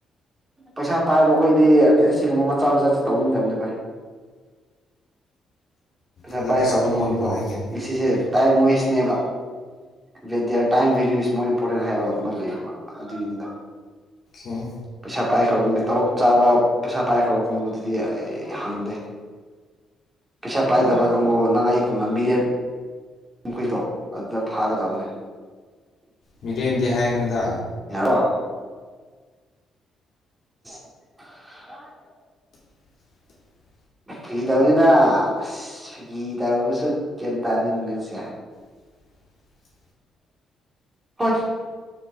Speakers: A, on the right; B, on the left.
A: ꯄꯩꯁꯥ ꯄꯥꯏꯕ ꯈꯣꯏꯗꯤ ꯑꯇꯦ ꯑꯁꯤꯒꯨꯝꯕ ꯃꯆꯥ ꯃꯆꯥꯁꯦ ꯇꯧꯅꯤꯡꯗꯕꯅꯤ ꯚꯥꯏ ꯄꯩꯁꯥ
B: ꯑꯗꯨꯗꯤ
A: ꯄꯥꯏꯈ꯭ꯔꯕ
B: ꯁꯣꯂꯣꯃꯣꯟꯕꯨ
A: ꯃꯤꯗꯨꯗꯤꯀꯣ
B: ꯍꯥꯏꯒꯦ
A: ꯑꯦꯁꯤꯁꯦ ꯇꯥꯏꯝ ꯋꯦꯁꯅꯦꯕ ꯕꯦꯗꯤꯌꯥꯔ time value is more important ꯍꯥꯏꯕ ꯑꯃ ꯂꯩꯌꯦꯕ ꯑꯗꯨꯒꯤꯅꯤꯗ
B: ꯑꯣꯀꯦ
A: ꯄꯩꯁꯥ ꯄꯥꯏꯈ꯭ꯔꯕ ꯃꯤ ꯇꯔꯣꯞ ꯆꯥꯕ ꯄꯩꯁꯥ ꯄꯥꯏꯈ꯭ꯔꯕ ꯀꯥꯡꯕꯨꯗꯨꯗꯤ ꯑꯩ ꯍꯪꯗꯦ ꯄꯩꯁꯥ ꯄꯥꯏꯗꯕ ꯀꯥꯡꯒꯨ ꯅꯪ ꯑꯩꯒꯨꯝꯕ ꯃꯤꯔꯦꯝ ꯃꯈꯣꯏꯗꯣ ꯑꯗꯨꯗ ꯊꯥꯒꯗꯕꯅꯦ
B: ꯃꯤꯔꯦꯝꯗꯤ ꯍꯥꯏꯒꯅꯨꯗ
A: ꯌꯥꯔꯣ <unintelligible>
B: <unintelligible>
A: ꯐꯥꯒꯤ ꯇꯧꯕꯅꯤꯗ ꯑꯁ ꯑꯁ ꯐꯥꯒꯤ ꯇꯧꯔꯁꯨ ꯒ꯭ꯌꯥꯟ ꯇꯥꯗꯦꯅꯦ ꯅꯪꯁꯦ
B: <inaudible>
A: ꯍꯣꯏ